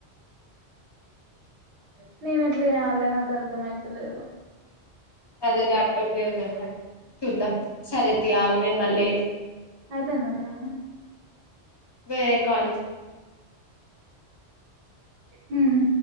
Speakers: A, on the right; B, on the left.
A: <inaudible> నేనే ఎట్లా చేయాలే నాకు అర్థమయితలేదు
B: అదే లాపటాప్ లేదు కదా సరే చూద్దాం సరే ఆగు నేన్ మళ్ళీ
A: అయిపోయిందా టైం
B: వేరే కాల్ వస్తు --
A: మ్మ్ హు